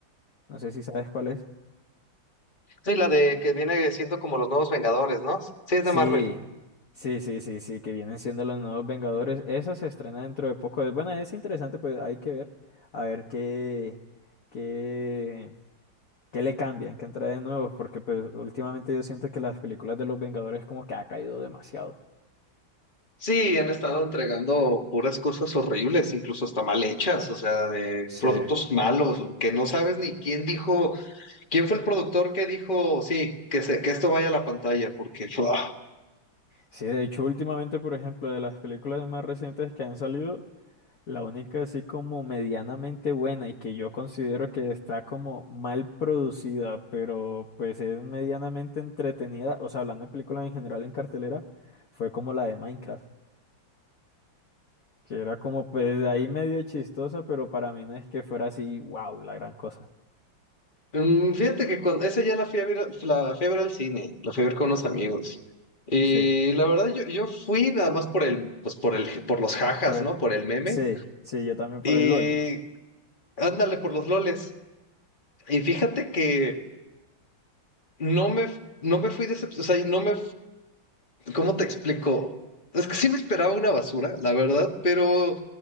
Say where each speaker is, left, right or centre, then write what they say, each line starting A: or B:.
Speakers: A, on the left (about 50°); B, on the left (about 25°).
A: No sé si sabes cuál es.
B: Sí, la de que viene siendo como los nuevos Vengadores, ¿no? Sí, es
A: Sí,
B: de Marvel.
A: sí, sí, sí, sí, que vienen siendo los nuevos Vengadores. Esa se estrena dentro de poco. Es buena, es interesante, pues hay que ver. A ver qué, qué, que le cambian, que de nuevos, porque pues últimamente yo siento que las películas de los Vengadores como que ha caído demasiado.
B: Sí, han estado entregando puras cosas horribles, incluso hasta mal hechas, o sea, de
A: Sí,
B: productos malos, que no sabes ni quién dijo. ¿Quién fue el productor que dijo, sí, que, se, que esto vaya a la pantalla? Porque, <laughs> ¡fua!
A: sí, de hecho últimamente, por ejemplo, de las películas más recientes que han salido, la única así como medianamente buena y que yo considero que está como mal producida, pero pues es medianamente entretenida, o sea, hablando de películas en general en cartelera, fue como la de Minecraft, que era como pues ahí medio chistosa, pero para mí no es que fuera así, wow, la gran cosa.
B: Mm, fíjate que cuando, esa ya la fui a ver, la fui a ver al cine, la fui a ver con unos
A: Sí.
B: amigos. Y
A: Sí.
B: la verdad, yo, yo fui nada más por el, pues por el, por los jajas,
A: Por el-
B: ¿no? Por el meme.
A: sí, sí, yo también
B: Y
A: por el LOL.
B: ándale por los loles. Y fíjate que no me, no me fui decepcionado, o sea, no me, ¿cómo te explico? Es que sí me esperaba una basura, la verdad, pero